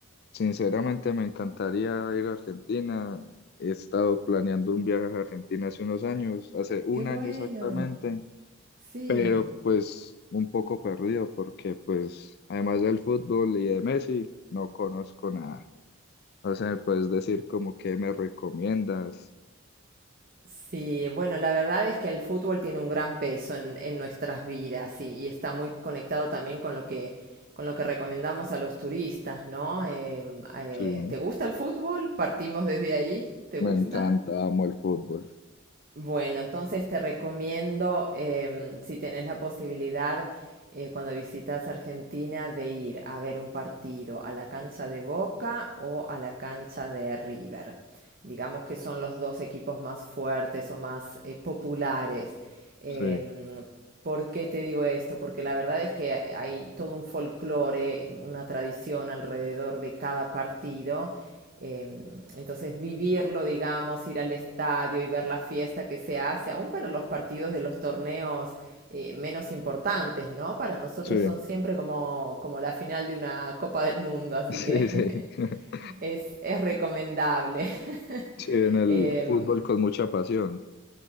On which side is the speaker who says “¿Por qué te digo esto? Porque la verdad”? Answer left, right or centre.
Right